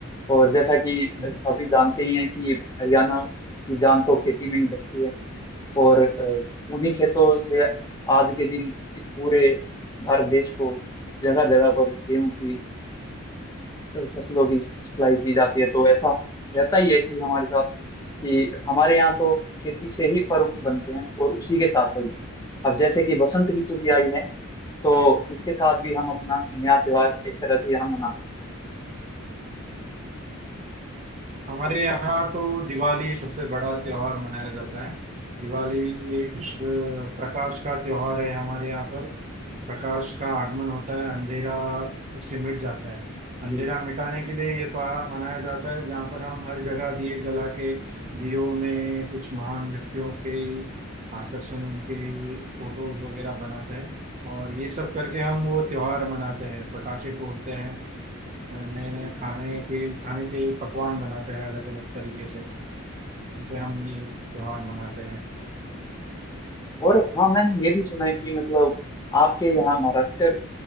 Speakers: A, on the left; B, on the right.
A: और जैसा कि
B: है
A: सभी जानते ही हैं कि हरियाणा की जान तो खेती में ही बसती है और अ, उन्हीं खेतों से आज के दिन इस पूरे भारत देश को जगह जगह पर गेहूं की फसलों की सप्लाई की जाती है तो ऐसा रहता ही है कि हमारे साथ कि हमारे यहाँ तो खेती से ही पर्व बनते हैं और उसी के साथ चलते हैं अब जैसे कि बसंत ऋतु भी आई है तो उसके साथ भी हम अपना नया त्योहार एक तरह से यहाँ मनाते हैं
B: हमारे यहाँ तो दिवाली सबसे बड़ा त्योहार मनाया जाता है दिवाली एक अ, प्रकाश का त्योहार है हमारे यहाँ पर प्रकाश का आगमन होता है अंधेरा उससे मिट जाता है अंधेरा
A: जी
B: मिटाने के लिए ये त्योहार मनाया जाता है जहाँ पर हम हर जगह दिए जला के दियों में कुछ महान व्यक्तियों के आकर्षण उनके फोटोज वगैरह बनाते हैं और ये सब करके हम वो त्योहार मनाते हैं पटाखे फोड़ते हैं नए नए
A: जी
B: खाने के खाने के पकवान बनाते हैं अलग अलग तरीके से जैसे हम
A: जी।
B: ये त्योहार मनाते हैं
A: और हाँ मैंने ये भी सुना है कि मतलब आपके यहाँ महाराष्ट्र